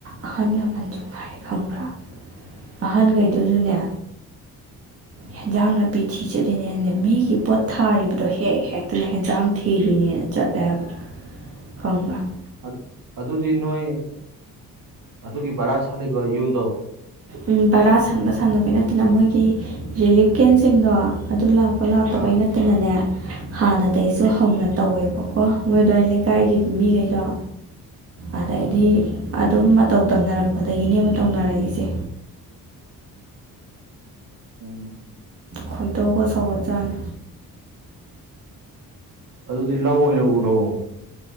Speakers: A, on the right (about 40°); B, on the right (about 60°).
A: ꯑꯍꯜ ꯂꯃꯟꯁꯨ ꯉꯥꯏꯔꯦ ꯈꯪꯕ꯭ꯔꯥ ꯑꯍꯟꯈꯩꯗꯨꯁꯨꯅꯦ
B: ꯎꯝ
A: ꯌꯦꯟꯖꯥꯡ ꯅꯥꯄꯤ ꯊꯤ ꯆꯠꯂꯤꯅꯦꯅꯅꯦ ꯃꯤꯒꯤ ꯄꯣꯠ ꯊꯥꯔꯤꯕ ꯑꯗꯣ ꯍꯦꯛ ꯍꯦꯛꯇꯅ ꯍꯦꯟꯖꯥꯡ ꯊꯤꯔꯤꯅꯦꯅ ꯆꯠꯂꯦꯕ ꯈꯪꯕ꯭ꯔꯥ
B: ꯑꯗꯨ ꯑꯗꯨꯗꯤ ꯅꯣꯏ ꯑꯗꯨꯒꯤ ꯚꯔꯥ ꯁꯥꯜꯂꯤꯕ ꯌꯨꯝꯗꯣ
A: ꯎꯝ ꯕꯔꯥ ꯁꯥꯟꯕ ꯁꯥꯟꯗꯕꯩ ꯅꯠꯇꯅ ꯃꯣꯏꯒꯤ ꯔꯤꯂꯤꯞ ꯀꯦꯝꯁꯤꯡꯗꯣ ꯑꯗꯨ ꯂꯥꯛꯄ ꯂꯥꯛꯇꯕꯩ
B: ꯑꯥ
A: ꯅꯠꯇꯅꯅꯦ ꯍꯥꯟꯅꯗꯩꯩꯁꯨ ꯍꯧꯅ ꯇꯧꯋꯦꯕꯀꯣ ꯃꯣꯏ ꯗ꯭ꯋꯥꯏ ꯂꯩꯀꯥꯏꯒꯤ ꯃꯤꯈꯩꯗꯣ ꯑꯗꯩꯗꯤ
B: ꯑꯥ
A: ꯑꯗꯨꯝ ꯃꯇꯧ ꯇꯝꯅꯔꯛꯄꯗꯒꯤꯅꯦꯕ ꯇꯧꯅꯔꯛꯏꯁꯦ
B: ꯎꯝ
A: ꯈꯣꯏꯗꯧꯒ ꯁꯧꯒꯠ ꯆꯥꯅꯤ
B: ꯑꯗꯨꯗꯤ ꯂꯧ ꯑꯣꯏꯅ ꯎꯔꯣ